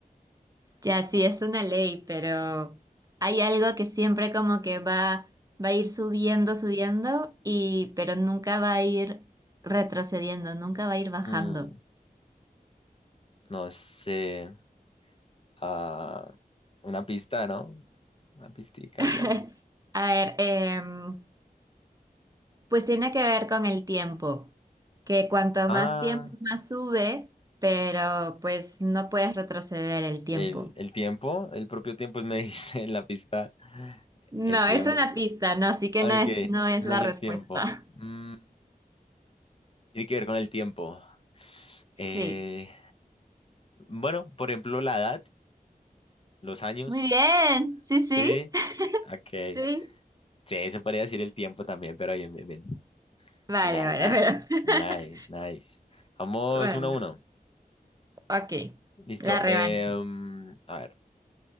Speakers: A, on the right; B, on the left.
A: Ya sí, es una ley, pero hay algo que siempre como que va, va a ir subiendo, subiendo, y, pero nunca va a ir retrocediendo, nunca va a ir bajando.
B: Mm, no sé. Ah, una pista, ¿no? Una pistica
A: <laughs>
B: y algo.
A: A ver, em, pues tiene que ver con el tiempo, que cuanto
B: Ah,
A: más tiempo más sube, pero pues no puedes retroceder el tiempo.
B: el, el tiempo, el propio tiempo <laughs> me dice en la pista.
A: No,
B: El tiempo.
A: es una pista, no, así que
B: Ok,
A: no es, no es
B: no
A: la
B: es
A: respuesta.
B: el tiempo. Mm,
A: <laughs>
B: tiene que ver con el tiempo.
A: Sí.
B: Eh, bueno, por ejemplo, la edad, los años.
A: Muy bien. Sí, sí.
B: Sí,
A: <laughs>
B: ok.
A: Sí.
B: Sí, se podría decir el tiempo también, pero bien, bien, bien.
A: Vale,
B: La
A: vale,
B: edad.
A: pero.
B: Nice, nice. Vamos
A: <laughs> Vale.
B: uno a uno.
A: Ok.
B: Listo.
A: La revancha.
B: em, a ver,